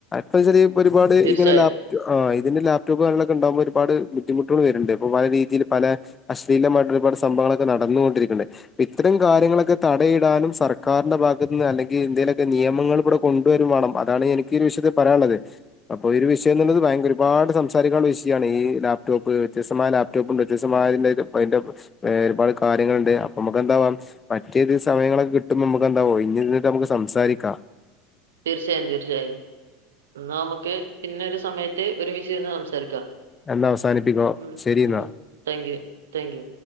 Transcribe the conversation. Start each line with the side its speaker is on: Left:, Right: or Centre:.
Left: പ്പംച്ചാല് ഒരുപാട്
Right: തീർച്ചയായും
Left: ഇങ്ങനെ ലാപ്റ്റ് ആ ഇതിന്റെ ലാപ് <unintelligible> ഉണ്ടാകുമ്പോ ഒരുപാട് ബുദ്ധിമുട്ടോള് വരുന്നുണ്ട് ഇപ്പോ പല രീതിയില് പല അശ്ലീലമായിട്ട് ഒരുപാട് സംഭവങ്ങളൊക്കെ നടന്നുകൊണ്ടിരിക്കുന്നുണ്ട് പ്പം ഇത്തരം കാര്യങ്ങളൊക്കെ തടയിടാനും സർക്കാരിന്റെ ഭാഗത്ത് നിന്ന് അല്ലെങ്കി എന്തേലൊക്കെ നിയമങ്ങൾ ഇവിടെ കൊണ്ടുവരുംവണം അതാണ് എനിക്ക് ഈ ഒരു വിഷയത്തിൽ പറയാനുള്ളത് അപ്പൊ ഈ ഒരു വിഷയന്നുള്ളത്
Right: ഉം.
Left: ഭയങ്ക ഒരുപാട് സം സംസാരിക്കാനുള്ള വിഷയമാണ് ഈ ലാപ്ടോപ്പ് വ്യത്യസ്തമായ ലാപ്ടോപ്പ് ഉണ്ട് വ്യത്യസ്തമായതി അതിന്റെ ഒരുപാട് കാര്യങ്ങളുണ്ട് അപ്പൊ നമുക്ക് എന്താവാം മറ്റേത് സമയങ്ങളൊക്കെ കിട്ടുമ്പോ മ്മക്കെന്താ ഒഴിഞ്ഞിരുന്നിട്ടു നമുക്ക് സംസാരിക്കാം
Right: തീർച്ചയായും തീർച്ചയായും എന്നാ നമുക്ക് പിന്നെ ഒരു സമയത്ത് ഒരുമിച്ചിരുന്ന് സംസാരിക്കാം
Left: എന്നാ അവസാനിപ്പിക്കോ
Right: ഉം
Left: ശരി
Right: ഉം
Left: ന്നാ
Right: താങ്ക് യു താങ്ക് യു.